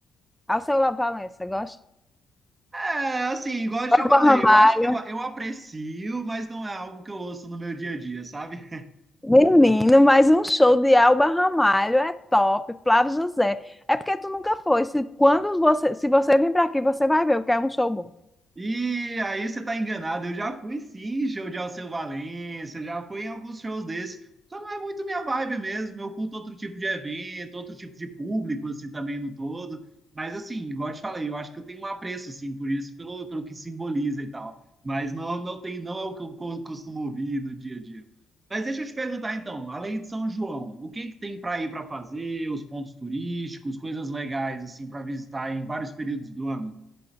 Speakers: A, in the centre; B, on the right.
A: Alceu Valença, gosta?
B: É, assim, igual eu te
A: Alba
B: falei,
A: Ramalho.
B: eu acho que eu, eu aprecio, mas não é algo que eu ouço no meu dia a dia, sabe?
A: Menino, mas um show de Alba Ramalho é top. Flávio José. É porque tu nunca foi. Se, quando você, se você vir para aqui, você vai ver o que é um show bom.
B: E aí você tá enganado. Eu já fui sim, em show de Alceu Valença, já fui em alguns shows desses. Só não é muito minha vibe mesmo. Eu curto outro tipo de evento, outro tipo de público, assim, também no todo. Mas assim, igual eu te falei, eu acho que eu tenho um apreço, assim, por isso, pelo, pelo que simboliza e tal. Mas não, não tem, não é o que eu co- costumo ouvir no dia a dia. Mas deixa eu te perguntar então, além de São João, o que que tem para ir para fazer, os pontos turísticos, coisas legais assim para visitar em vários períodos do ano?